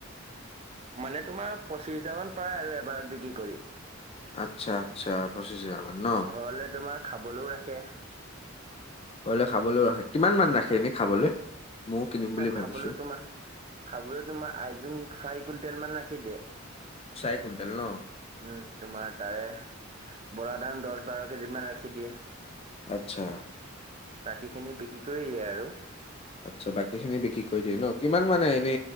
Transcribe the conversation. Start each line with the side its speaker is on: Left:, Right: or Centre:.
Right: মানে তোমাৰ পচিশ হাজাৰ মান পাই আৰু এবাৰত বিক্ৰী কৰি।
Left: আচ্ছা আচ্ছা, পঁচিশ হাজাৰ মান ন।
Right: হ'লে তোমাৰ খাবলৈও ৰাখে।
Left: ঘৰলে খাবলৈও ৰাখে, কিমান মান ৰাখে
Right: অ
Left: এনেই খাবলৈ, ময়ো কিনিম বুলি
Right: খাবলৈ
Left: ভাবিছোঁ।
Right: তোমাৰ খাবলৈ তোমাৰ আইজুং চাৰি কুইণ্টেল মান ৰাখি দিয়ে।
Left: চাৰি কুইণ্টেল ন?
Right: উম, তোমাৰ তাৰে বৰা ধান দহ বাৰ কেজি মান ৰাখি দিয়ে।
Left: অচ্ছা।
Right: বাকীখিনি বিক্ৰী কৰি দিয়ে আৰু।
Left: আচ্ছা, বাকী খিনি বিক্ৰী কৰি দিয়ে ন? কিমান মানে এনে
Right: উম,